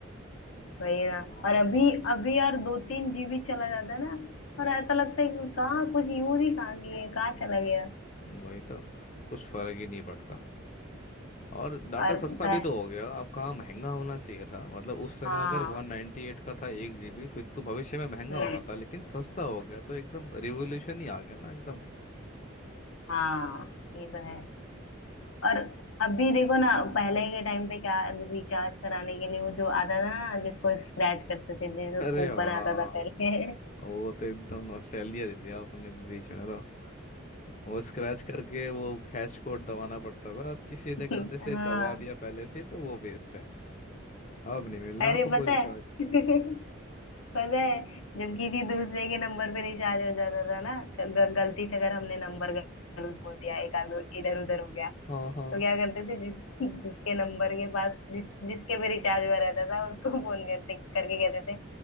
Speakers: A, on the left; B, on the left.
A: वही ना
B: और
A: और अभी अभी यार दो तीन जीबी चला जाता है ना और ऐसा लगता है कि कहाँ कुछ यूज ही कहाँ किए कहाँ चला गया
B: वही तो कुछ फर्क ही नहीं पड़ता और डाटा
A: और
B: सस्ता
A: पह,
B: भी तो हो गया अब कहाँ महंगा होना चाहिए था मतलब उस समय
A: हाँ
B: अगर वन नाइन्टी एट का था एक जीबी फिर तो भविष्य में महंगा
A: हम्म
B: होना था लेकिन सस्ता हो गया तो एकदम रिवोल्यूशन ही आ गया ना एकदम
A: हाँ ये तो है और अभी देखो ना पहले के टाइम पे क्या रिचार्ज कराने के लिए वो जो आता था ना जिसको स्क्रैच करते थे जिसको
B: अरे
A: कूपन
B: वाह
A: आता था पहले
B: वो तो एकदम नॉस्टैल्जिया दे दिया आपने बीच में तो वो स्क्रैच करके वो हैश कोड दबाना पड़ता था और किसी ने
A: <laughs>
B: गलती से
A: हाँ
B: दबा दिया पहले से तो वो वेस्ट है अब नहीं मिलना
A: अरे
B: आपको
A: पता
B: कोई रिचार्ज
A: है <laughs> पता है जब किसी दूसरे के नंबर पे रिचार्ज हो जाता था ना ग-
B: हम्म,
A: गलती से अगर हमने नंबर गलत बोल दिया एक आगे इधर उधर हो गया
B: हाँ हाँ
A: तो क्या करते थे जिस जिसके नंबर के पास जिस जिसके पे रिचार्ज हुआ रहता था उसको फोन करते करके कहते थे